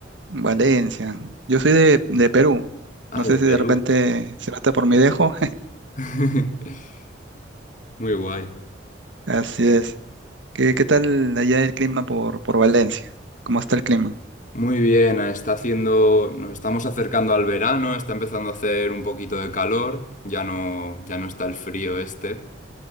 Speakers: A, on the right (about 80°); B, on the left (about 45°).
A: Valencia. Yo soy de, de Perú.
B: Ah,
A: No sé
B: de
A: si
B: Perú.
A: de repente se nota por mi dejo.
B: <laughs> Muy guay.
A: <laughs> Así es. ¿Qué, qué tal allá el clima por, por Valencia? ¿Cómo está el clima?
B: Muy bien, ah, está haciendo, nos estamos acercando al verano, está empezando a hacer un poquito de calor, ya no, ya no está el frío este,